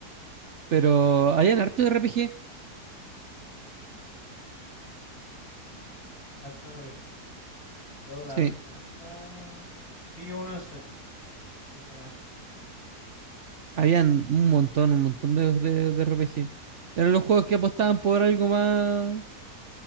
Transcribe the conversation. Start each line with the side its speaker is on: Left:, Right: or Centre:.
Right: Pero habían hartos de RPG,
Left: harto RPG. Yo la
Right: sí,
Left: verdad es que nunca eh, vi uno en celu, sinceramente.
Right: habían un montón, un montón de, de, de RPG. Eran los juegos que apostaban por algo más,